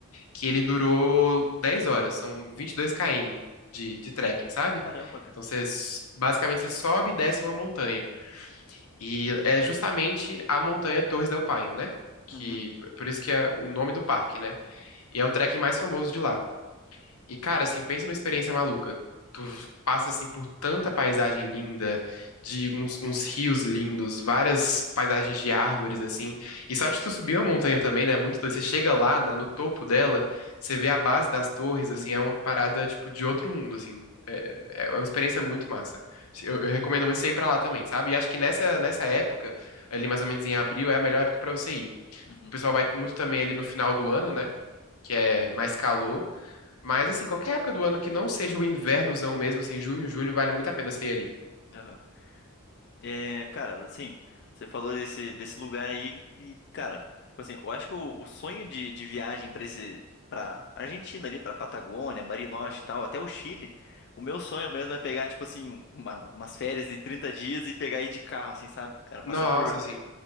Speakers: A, on the left (about 80°); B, on the left (about 50°).
A: que ele durou 10 horas, são vinte e dois km de, de trekking, sabe?
B: Caramba, cara.
A: Então, você, s- basicamente, você sobe e desce uma montanha. E é justamente a montanha Torres del Paine, né? Que,
B: Uhum,
A: por por isso que é o nome do parque, né? E é o trekking mais famoso de lá. E, cara, assim, pensa numa experiência maluca. Tu passa, assim, por tanta paisagem linda, de uns, uns rios lindos, várias paisagens de árvores, assim. E só de tu subir uma montanha também, né? é Muito doido. Você chega lá, na- no topo dela, você vê a base das torres,
B: uhum,
A: assim, é uma parada, tipo, de outro mundo, assim. É, é uma experiência muito massa. Eu, eu recomendo muito você ir pra lá também, sabe? E acho que nessa, nessa época, ali mais ou menos em abril, é a melhor época pra você ir.
B: uhum.
A: O pessoal vai muito também ali no final do ano, né? Que é mais calor. Mas, assim, qualquer época do ano que não seja o invernozão mesmo, assim, junho, julho, vale muito a pena você ir ali.
B: Aham. É, cara, assim, você falou desse, desse lugar aí e, cara, tipo assim, eu acho que o, o sonho de, de viagem pra esse, para Argentina ali, pra Patagônia, Bariloche e tal, até o Chile, o meu sonho mesmo é pegar, tipo assim, uma- umas férias de 30 dias e pegar aí de carro, assim, sabe? Cara, passar
A: Nossa,
B: por
A: assim.